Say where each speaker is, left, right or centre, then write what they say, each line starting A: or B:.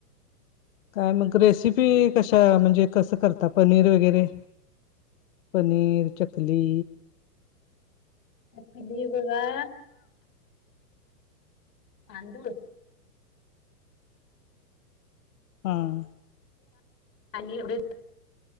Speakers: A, on the left; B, on the left.
A: काय मग रेसिपी कशा म्हणजे कसं करता पनीर वगैरे पनीर चकली
B: पिली ब का आंदूळ
A: हम
B: आणि उढ